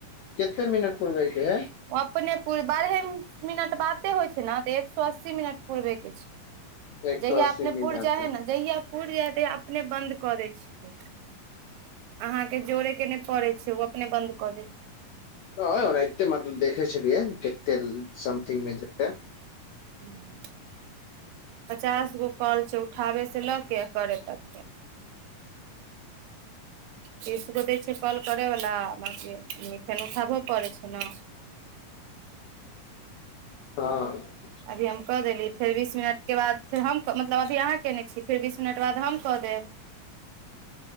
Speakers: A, on the left (about 80°); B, on the right (about 85°).
A: केते मिनट पूरबै के है?
B: अपने पूरि बारहे मिनट बाते होइ छै ने तऽ एक सए अस्सी मिनट पूरबे के छै।
A: एक
B: <inaudible>
A: सए
B: जहिया
A: अस्सी
B: अपने
A: मिनट
B: पुरि जाइ हइ ने जहिया पुरि जाइ हइ तहिया अपने बन्द कऽ दै छै। अहाँके जोड़े के नहि पड़ै छै, ओ अपने बन्द कऽ दे छै।
A: हं ओनाहिते मतलब देखे छलियै केते समथिंग मे जेते।
B: हूं। पचास गो कॉल छै उठाबै से लऽ के आ करे तकके। तीसगो दै छै कॉल करेवला बाँकी फेन उठाबहो पड़ै छै न।
A: हँ।
B: अभी हम कऽ देली फेर बीस मिनटके बाद फेर हम क मतलब अभी अहाँ केने छी फेर बीस मिनट बाद हम कऽ देब।